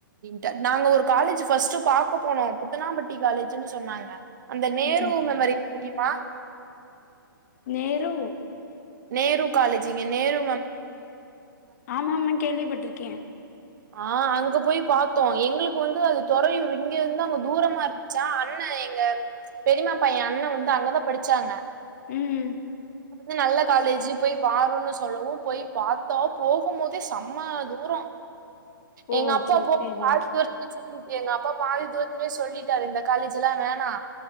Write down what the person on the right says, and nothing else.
ட நாங்க ஒரு காலேஜ் ஃபஸ்ட் பாக்க போனோ புத்தனாம்பட்டி காலேஜ்ன்னு சொன்னாங்க அந்த நேரு
மெமரி தெரியுமா
நேரு காலேஜிங்க நேரு
ஆ அங்க போய் பாத்தோ எங்களுக்கு வந்து அது துறயுறு இங்க இந்து அங்க தூரமா இருக் சா அண்ண எங்க பெரியமாப்பைய அண்ணன் வந்து அங்கதான் படிச்சாங்க
வந்து நல்ல காலேஜீ போய் பாருன்னு சொல்லவும் போய் பாத்தா போகும் போதே செம்ம தூரோ
எங்க அப்பா
போ
பாதி துர எங்க அப்பா பாதி தூரத்துலே சொல்லிட்டாரு இந்த காலேஜ்லா வேணா